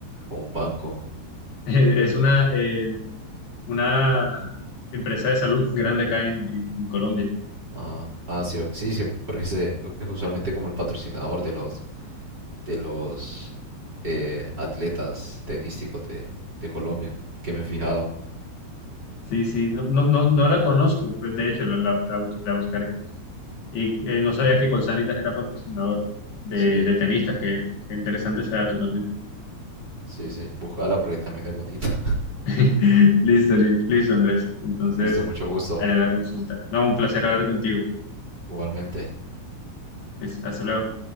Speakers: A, on the right; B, on the left.
A: o un banco
B: <laughs> es una, eh, una empresa de salud grande acá en, en- en Colombia.
A: Ah, ah, sí, ok, sí, sí, porque ese es usualmente como el patrocinador de los de los eh, atletas tenísticos de, de Colombia, que me he fijado.
B: Sí, sí, no, no, no, no la conozco, de hecho la, la, la bus- la buscaré. Y eh, no sabía que Colsanitas era patrocinador de,
A: Sí,
B: de tenistas, que, que interesante ese dato también.
A: sí, sí, búscala porque también es bonita.
B: <laughs> Listo, li- listo, Andrés.
A: <laughs>
B: Entonces,
A: Listo, mucho gusto.
B: haré la consulta. No, un placer hablar contigo.
A: Igualmente.
B: Es- Hasta luego.